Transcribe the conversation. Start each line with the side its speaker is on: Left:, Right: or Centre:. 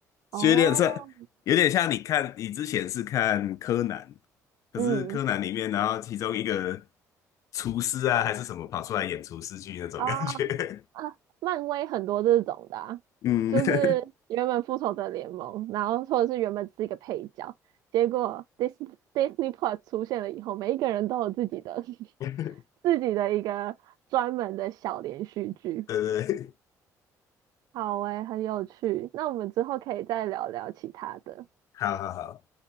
Left: 就有点像，
Right: 哦，
Left: 有点像你看，你之前是看柯南，可是柯南里面，
Right: 嗯，
Left: 然后其中一个厨师啊，还是什么跑出来演厨师剧那种感觉。
Right: 哦啊，漫威很多这种的啊就是原本复仇者联盟，
Left: <laughs> 嗯，<laughs>
Right: 然后或者是原本是一个配角，结果 Disney Disney Plus 出现了以后，每一个人都有自己的 <laughs>
Left: 对
Right: 自己的一个专门的小连续剧。
Left: 对对，
Right: 好诶，很有趣。那我们之后可以再聊聊其他的。
Left: 好好好，